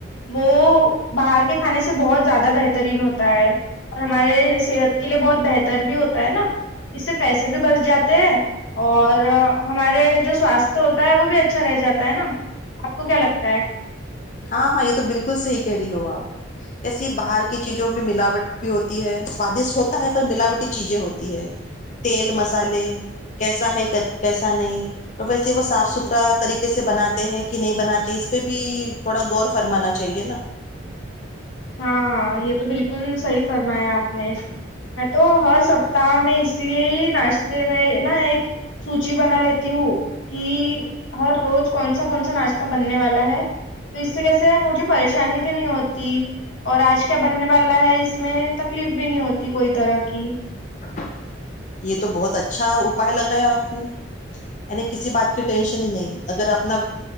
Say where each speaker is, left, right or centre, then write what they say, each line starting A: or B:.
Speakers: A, on the left (about 80°); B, on the left (about 40°).
A: وہ باہر کے کھانے سے بہت زیادہ بہترین ہوتا ہے اور ہمارے صحت کے لیے بہت بہتر بھی ہوتا ہے نا اس سے پیسے سے بھی بس جاتے ہیں اور ہمارے جو سواستھ ہوتا ہے وہ بھی اچھا رہ جاتا ہے نا آپ کو کیا لگتا ہے
B: ہاں ہاں یہ تو بالکل صحیح کہہ رہی ہو آپ ایسے باہر کی چیزوں میں ملاوٹ بھی ہوتی ہے سوادشٹ ہوتا ہے پر ملاوٹی چیزیں ہوتی ہے تیل مسالے کیسا ہے کیسا نہیں اور ویسے وہ صاف ستھرا طریقے سے بناتے ہیں کہ نہیں بناتے اس پہ بھی تھوڑا غور فرمانا چاہیے نا
A: ہاں یہ تو بالکل صحیح فرمایا آپ نے میں تو ہر سپتاہ میں اس لیے ہی ناشتے میں نا ایک سوچی بنا لیتی ہوں کہ ہر روز کون سا کون سا ناشتہ بننے والا ہے تو اس سے کیسے مجھے پریشانی بھی نہیں ہوتی اور آج کیا بننے والا ہے اس میں تکلیف بھی نہیں ہوتی کوئی طرح کی
B: <unintelligible> یہ تو بہت اچھا اپپائے لگایا آپ نے یعنی کسی بات کی ٹینشن ہی نہیں اگر اپنا